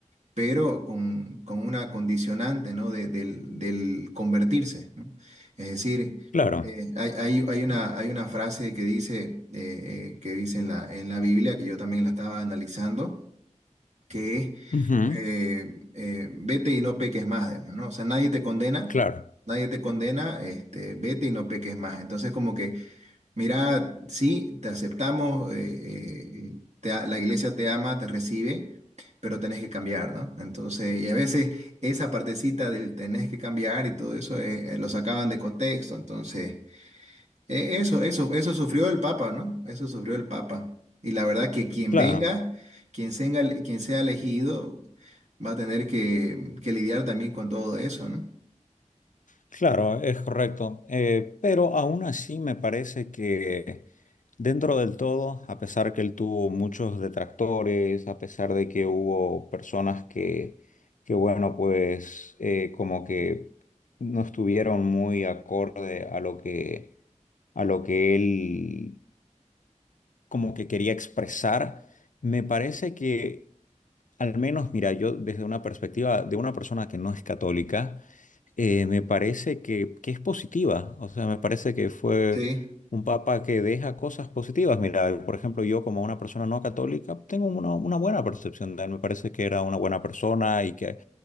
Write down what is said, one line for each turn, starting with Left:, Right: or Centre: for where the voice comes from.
Right: pero con, con una condicionante, ¿no? de- del, del convertirse, ¿no? Es decir,
Left: claro,
Right: eh, hay, hay- hay una, hay una frase que dice, eh, eh, que dice en la, en la Biblia, que yo también la estaba analizando, que es,
Left: ujú,
Right: eh, eh, vete y no peques más, digamos, ¿no? O sea, nadie te condena,
Left: Claro,
Right: nadie te condena, este, vete y no peques más. Entonces, como que Mira, sí, te aceptamos, eh, eh, te a- la iglesia te ama, te recibe, pero tenés que cambiar, ¿no? Entonces, y a veces esa partecita del tenés que cambiar y todo eso eh, eh, lo sacaban de contexto. Entonces, eh, eso, eso, eso sufrió el Papa, ¿no? Eso sufrió el Papa. Y la verdad que quien
Left: claro.
Right: venga, quien sea, quien sea elegido, va a tener que, que lidiar también con todo eso, ¿no?
Left: Claro, es correcto. Eh, pero aún así me parece que dentro del todo, a pesar que él tuvo muchos detractores, a pesar de que hubo personas que, que bueno, pues eh, como que no estuvieron muy acorde a lo que, a lo que él como que quería expresar, me parece que al menos, mira, yo desde una perspectiva de una persona que no es católica, eh, me parece que, que es positiva. O sea, me parece que fue
Right: Sí,
Left: un papa que deja cosas positivas. Mira, por ejemplo, yo como una persona no católica tengo una, una buena percepción de él. Me parece que era una buena persona y que,